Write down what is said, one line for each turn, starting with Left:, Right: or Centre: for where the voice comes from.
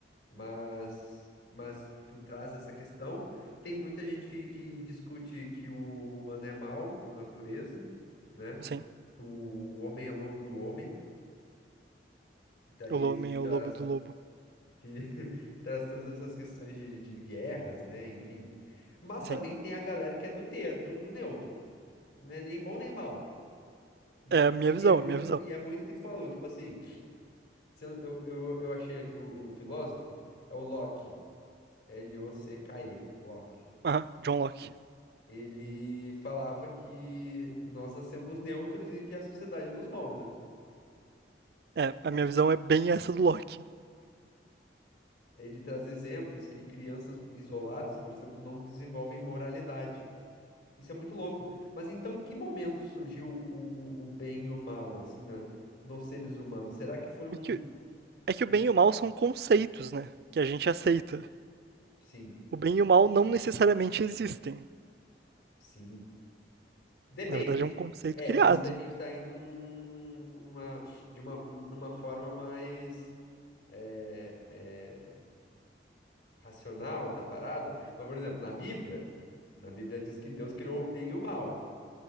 Left: Mas, mas tipo, traz essa questão. Tem muita gente que, que discute que o humano é mau por natureza, né?
Right: sim.
Left: Que o homem é lobo do homem, e, tá- e-
Right: O homem
Left: e que
Right: é
Left: traz,
Right: o lobo do lobo.
Left: que <laughs> traz todas essas questões de, de guerras, né? Enfim. Mas
Right: Sim.
Left: também tem a galera que é do ter, do, do neutro, que não é nem bom nem mal. E,
Right: É
Left: que,
Right: a minha
Left: e
Right: visão,
Left: é muito,
Right: é a minha visão.
Left: e é muito o que tu falou, tipo assim, se eu, eu, eu eu achei aqui o, o filósofo, é o Locke, L-O-C-K-E, Locke.
Right: Ah, John Locke.
Left: ele falava que nós nascemos neutros e que a sociedade nos molda.
Right: É, a minha visão é bem essa do Locke.
Left: Ele traz exemplos que crianças isoladas, por exemplo, não desenvolvem moralidade. Isso é muito louco. Mas então, em que momento surgiu o, o, o bem e o mal, assim, na, nos seres humanos? Será que foi um,
Right: É que, é
Left: tipo,
Right: que o bem e o mal são conceitos, né? Que a gente aceita.
Left: sim,
Right: O bem e o mal não necessariamente existem.
Left: sim. Depende.
Right: Na verdade, é um conceito
Left: É,
Right: criado.
Left: isso a gente tá indo num, num- num- numa, de uma, numa forma mais é, é, racional da parada. Mas, por exemplo, na Bíblia, na Bíblia diz que Deus criou o bem e o mal.